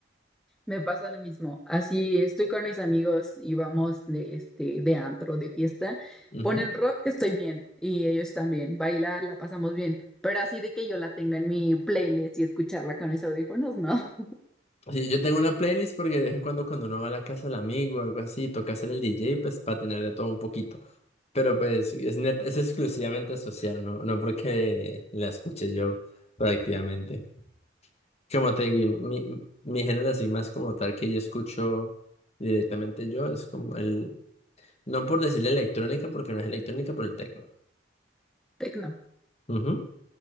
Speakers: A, in the centre; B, on the left.
A: me pasa lo mismo. Así estoy con mis amigos y vamos de, este, de antro, de fiesta.
B: Ujú.
A: Ponen rock, estoy bien, y ellos también. Bailar, la pasamos bien. Pero así de que yo la tenga en mi playlist y escucharla con mis audífonos, no.
B: Sí, yo tengo una playlist porque de vez en cuando cuando uno va a la casa del amigo o algo así, toca ser el DJ, pues para tener de todo un poquito. Pero pues es, net- es exclusivamente social, ¿no? No porque la escuche yo prácticamente. Como te digo, mi, mi género así más como tal que yo escucho directamente yo es como el, no por decirle electrónica porque no es electrónica, pero el techno.
A: <laughs> Tecno.
B: Ujú.